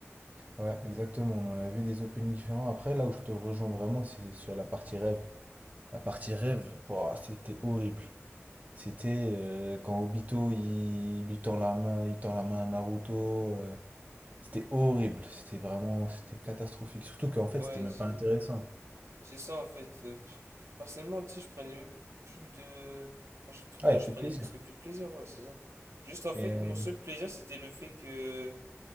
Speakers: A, on the right; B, on the right.
A: Ouais, exactement, on en a vu des openings différents. Après, là où je te rejoins vraiment, c'est sur la partie rêve. La partie rêve, boah, c'était horrible. C'était euh, quand Obito il lui tend la main, il tend la main à Naruto. euh, c'était horrible, c'était vraiment, c'était catastrophique. Surtout qu'en fait,
B: Ouais,
A: c'était même
B: c'est
A: pas intéressant.
B: c'est ça en fait. euh, pff. Personnellement, tu sais, je prenais même plus de. Enfin, je, prenais-
A: Ah, il a
B: je
A: plus
B: prenais
A: de plaisir.
B: presque plus de plaisir, ouais, c'est ça. Juste en fait,
A: Mais
B: mon seul plaisir, c'était le fait que.